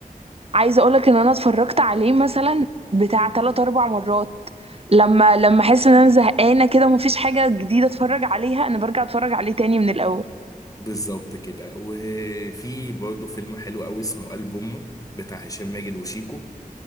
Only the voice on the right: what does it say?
عايزه اقولك ان انا اتفرجت عليه مثلا بتاع تلات اربع مرات لما لما احس ان انا زهقانه كده ومفيش حاجه جديده اتفرج عليها انا برجع اتفرج عليه تاني من الاول